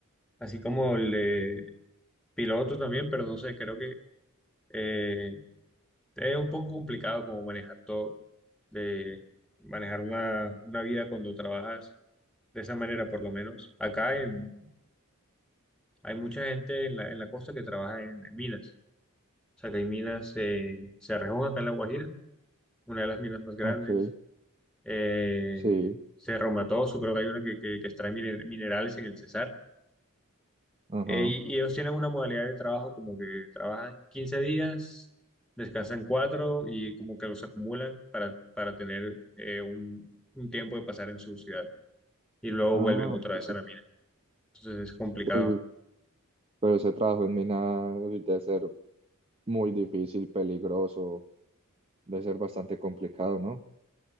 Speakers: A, in the centre; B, on the right.
A: Así como el de piloto también, pero no sé, creo que eh, es un poco complicado como manejar todo, de manejar una, una vida cuando trabajas de esa manera, por lo menos. Acá en- hay mucha gente en la, en la costa que trabaja en, en minas. O sea, que hay minas, eh, Cerrejón, acá en La Guajira, una de las minas más grandes.
B: Ok,
A: Eh,
B: sí,
A: Cerro Matoso, creo que hay una que, que, que extrae mine- minerales en el Cesar.
B: ajá.
A: Eh, y, y ellos tienen una modalidad de trabajo como que trabajan 15 días, descansan 4 y como que los acumulan para, para tener eh, un, un tiempo de pasar en su ciudad y luego
B: Ah,
A: vuelven otra
B: ok.
A: vez a la mina. Entonces es complicado.
B: Uy, pero ese trabajo en mina debe ser muy difícil, peligroso, debe ser bastante complicado, ¿no?